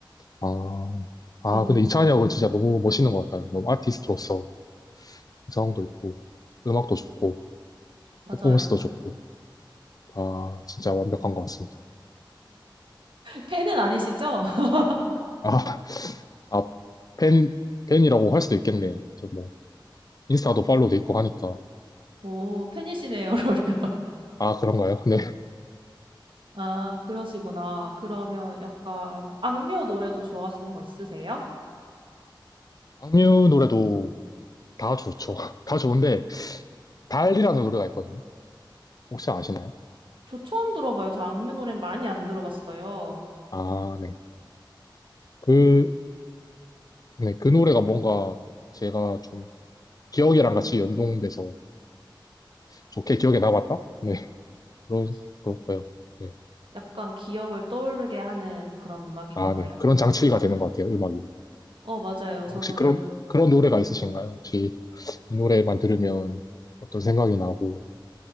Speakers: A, on the left; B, on the right.
A: 아, 아
B: <laughs>
A: 근데 이찬이 형은 진짜 너무 멋있는 것 같아요. 너무 아티스트로서 개성도 있고 음악도 좋고
B: 맞아요.
A: 퍼포먼스도 좋고 다 진짜 완벽한 것 같습니다.
B: 팬은 아니시죠? <laughs>
A: 아, 아, 팬, 팬이라고 할 수도 있겠네요. 저 뭐 인스타도 팔로우 돼 있고 하니까.
B: 오, 팬이시네요, 그러면.
A: 아, 그런가요? 네.
B: 아, 그러시구나. 그러면 약간 악뮤 노래도 좋아하시는 거 있으세요?
A: 악뮤 노래도 다 좋죠. <laughs> 다 좋은데, 달이라는 노래가 있거든요. 혹시 아시나요?
B: 저 처음 들어봐요. 저 악뮤 노래 많이 안 들어봤어요.
A: 아, 네. 그, 네. 그 노래가 뭔가 제가 좀 기억이랑 같이 연동돼서 좋게 기억에 남았다? 네. 그런,
B: 기-
A: 그렇고요. 네.
B: 약간 기억을 떠오르게 하는 그런 음악인가
A: 아,
B: 봐요.
A: 네. 그런 장치가 되는 것 같아요, 음악이.
B: 어, 맞아요.
A: 혹시
B: 저도,
A: 그런, 그런 노래가 있으신가요? 혹시 이 노래만 들으면 어떤 생각이 나고,